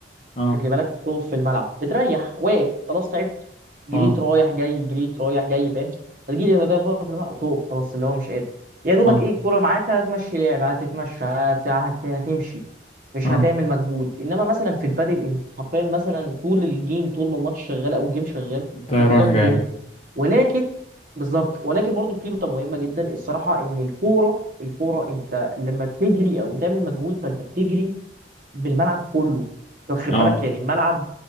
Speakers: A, on the left; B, on the right.
A: اه
B: خلي بالك تقف في الملعب بتريح واقف خلاص تعبت جريت
A: اه
B: رايح جاي جريت رايح جاي فاهم هتجيلي هدف بره في الملعب تقف خلاص اللي هو مش قادر يا دوبك
A: اه
B: ايه الكوره معاك هتمشي لعب هتتمشى هتع- هت- هتمشي مش
A: اه
B: هتعمل مجهود انما مثلا في البادل انت حرفيا مثلا طول الجيم طول ما الماتش شغال او الجيم شغال
A: انت رايح
B: فانت بتعمل
A: جاي
B: جهد ولكن بالظبط ولكن برضه في نقطه مهمه جدا الصراحه ان الكوره الكوره انت لما بتجري او بتعمل مجهود فانت بتجري بالملعب كله أنت واخد
A: اه
B: بالك يعني الملعب